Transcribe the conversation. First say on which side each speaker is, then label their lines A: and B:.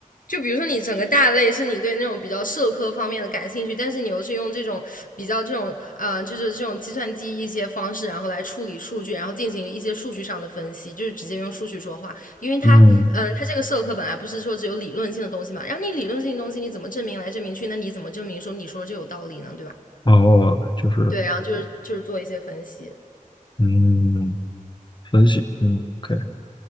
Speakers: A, on the left; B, on the left.
A: 就比如说你整个大类是你对那种比较社科方面的感兴趣，但是你又是用这种比较这种呃，就是这种计算机一些方式，然后来处理数据，然后进行一些数据上的分析，就是直接用数据说话。因为它，
B: 嗯
A: 嗯、它这个社科本来不是说只有理论性的东西嘛，然后你理论性的东西你怎么证明来证明去？那你怎么证明说你说这有道理呢？对吧？
B: 哦，就是
A: 对，然后就是就是做一些分析。
B: 嗯，分析，嗯，OK